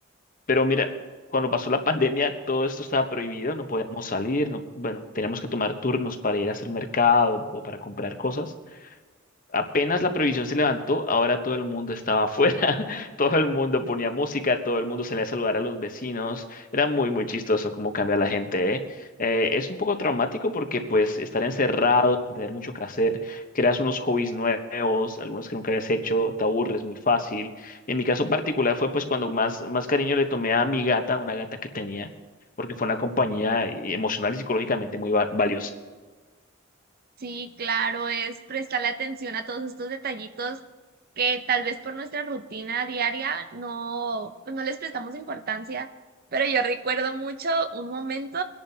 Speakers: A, on the left (about 40°); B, on the right (about 45°).
A: Pero mira, cuando pasó la <laughs> pandemia todo esto estaba prohibido, no podíamos salir, no, bueno, teníamos que tomar turnos para ir a hacer mercado o para comprar cosas. Apenas la prohibición se levantó, ahora todo el mundo estaba afuera, <laughs> todo el mundo ponía música, todo el mundo salía a saludar a los vecinos, era muy, muy chistoso cómo cambia la gente, ¿eh? Eh, es un poco traumático porque pues estar encerrado, tener mucho que hacer, creas unos hobbies nuevos, algunos que nunca habías hecho, te aburres muy fácil. En mi caso particular fue pues cuando más, más cariño le tomé a mi gata, una gata que tenía, porque fue una compañía eh, emocional y psicológicamente muy va- valiosa.
B: Sí, claro, es prestarle atención a todos estos detallitos que tal vez por nuestra rutina diaria no, pues no les prestamos importancia, pero yo recuerdo mucho un momento